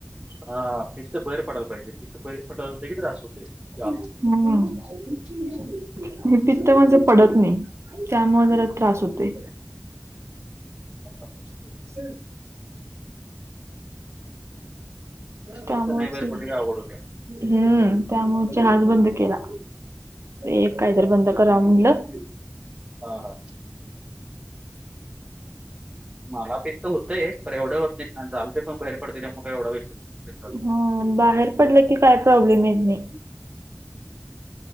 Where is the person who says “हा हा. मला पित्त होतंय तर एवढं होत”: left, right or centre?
Right